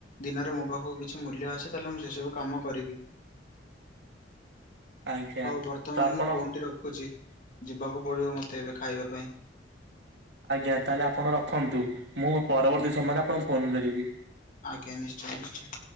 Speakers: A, on the left; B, on the right.
A: ଦିନରେ ମୋ ପାଖକୁ କିଛି ମୂଲ୍ୟ ଆସେ ତାହେଲେ ମୁଁ ସେସବୁ କାମ କରିବି।
B: ଆଜ୍ଞା
A: ହଉ ବର୍ତ୍ତମାନ
B: ତ ଆପଣ
A: ମୁଁ ଫୋନ ଟି ରଖୁଛି ଯିବାକୁ ପଡିବ ମତେ ଏବେ ଖାଇବା ପାଇଁ।
B: ଆଜ୍ଞା ତାହେଲେ ଆପଣ ରଖନ୍ତୁ। ମୁଁ ପରବର୍ତ୍ତୀ ସମୟରେ ଆପଣଙ୍କୁ ଫୋନ କରିବି।
A: ଆଜ୍ଞା। ନିଶ୍ଚୟ ନିଶ୍ଚୟ।